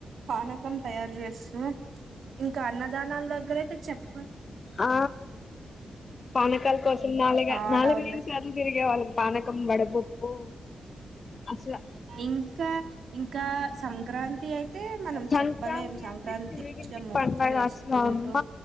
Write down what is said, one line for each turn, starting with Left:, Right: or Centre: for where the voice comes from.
Right: పానకం తయారు జేస్తూ ఇంకా అన్న దానాల దగ్గరైతే చెప్ప
Left: ఆ పానకాల కోసం నాలుగు
Right: చాలా
Left: నాలుగు
Right: ఉండ
Left: ఐదు సార్లు తిరిగే వాళ్ళం పానకం వడబప్పు అసలు
Right: ఇంకా ఇంకా సంక్రాంతి అయితే మనం
Left: సంక్రాంతి
Right: చెప్పలేం సంక్రాంతి
Left: అంటే తెలుగింటి
Right: ఇగ ముగ్గులు
Left: పండగ
Right: యేసుకుంటూ
Left: అసలు అమ్మ